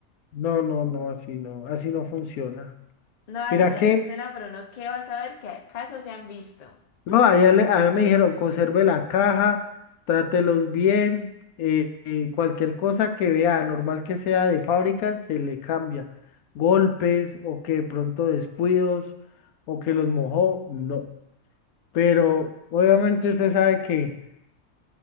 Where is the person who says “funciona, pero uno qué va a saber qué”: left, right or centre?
Left